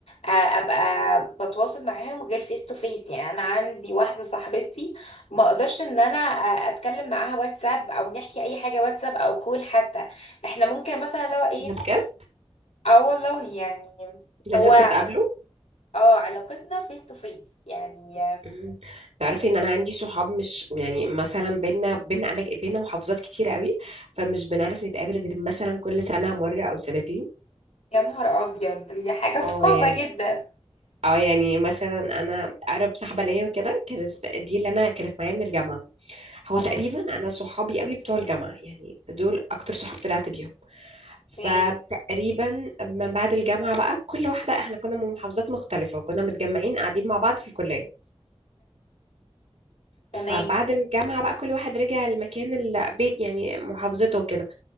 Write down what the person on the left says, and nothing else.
آه، ابقى بتواصل معاهم غير فيس تو فيس يعني انا عندي واحدة صاحبتي ما اقدرش ان انا آه، اتكلم معاها واتساب او نحكي اي حاجة واتساب او كول حتى احنا ممكن مثلا لو ايه
اه والله يعني
هو
اه علاقتنا فيس تو فيس يعني
يا نهار ابيض دي حاجه
<laughs> صعبه
جدا
اه
اوكي
تمام